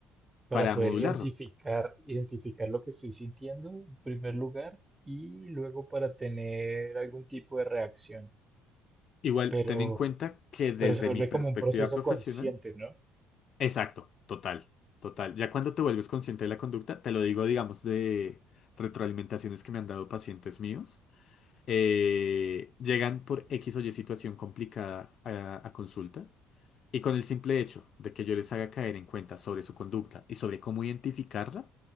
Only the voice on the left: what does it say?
para
modularlo.
Igual,
ten en cuenta que desde
mi perspectiva
profesional,
Exacto, total, total. Ya cuando te vuelves consciente de la conducta, te lo digo, digamos, de retroalimentaciones que me han dado pacientes míos, eh, llegan por X o Y situación complicada a, a consulta y con el simple hecho de que yo les haga caer en cuenta sobre su conducta y sobre cómo identificarla,